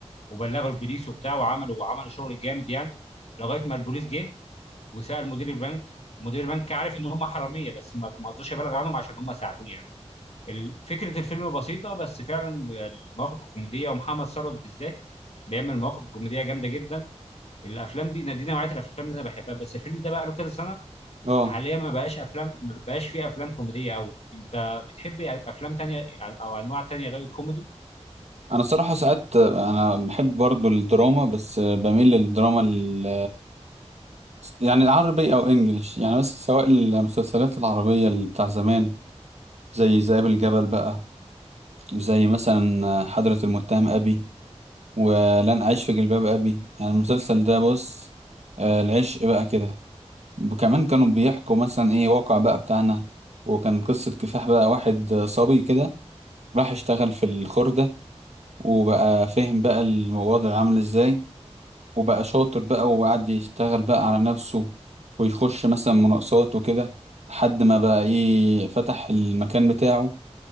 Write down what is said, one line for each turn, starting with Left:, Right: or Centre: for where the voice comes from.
Left: وبلغوا البوليس وبتاع وعملوا وعملوا شغل جامد يعني لغايه ما البوليس جه وسأل مدير البنك مدير البنك عارف ان هم حراميه بس ما ما رضاش يبلغ عنهم عشان هم ساعدوه يعني ال- فكره الفيلم بسيطه بس فعلا المواقف الكوميديه ومحمد ثروت بالذات بيعمل مواقف كوميديه جامده جدا الافلام دي دي نوعيه الافلام اللي انا بحبها بس الفيلم ده بقى له كذا سنه
Right: اه
Left: حاليا ما بقاش افلام ما بقاش فيه افلام كوميديه قوي انت بتحب افلام تانية او انواع تانية غير الكوميدي
Right: انا الصراحه ساعات انا بحب برضو الدراما بس بميل للدراما ال يعني العربي او انجليش يعني بس سواء المسلسلات العربيه اللي بتاع زمان زي ذئاب الجبل بقى وزي مثلا حضرة المتهم ابي ولن اعيش في جلباب ابي يعني المسلسل ده بص آه، العشق بقى كده وكمان كانوا بيحكوا مثلا ايه واقع بقى بتاعنا وكان قصة كفاح بقى واحد صبي كده راح اشتغل في الخردة وبقى فهم بقى الوضع عامل ازاي وبقى شاطر بقى وقعد يشتغل بقى على نفسه ويخش مثلا مناقصات وكده لحد ما بقى ايه فتح المكان بتاعه